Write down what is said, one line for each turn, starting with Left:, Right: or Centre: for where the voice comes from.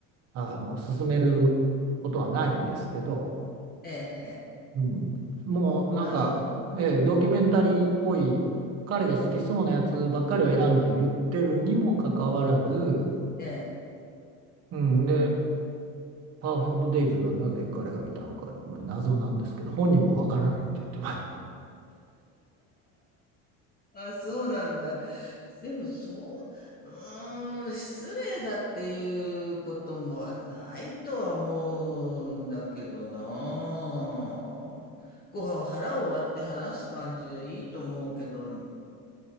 Right: あの勧めることはないんですけど、
Left: ええええ。
Right: うん、もうなんか、
Left: あ、そう
Right: えードキュメンタリーっぽい彼が好きそうなやつばっかりを選んで言ってるにもかかわらず、
Left: ええ。
Right: うん、で「パーフェクト・デイズ」がなぜ彼が見たのか謎なんですけど本人もわからないって言ってます。
Left: あ、そうなんだ。でもそう、うーん、失礼だっていうこともはないとは思うんだけどなあ。こう、腹を割って話す感じでいいと思うけど、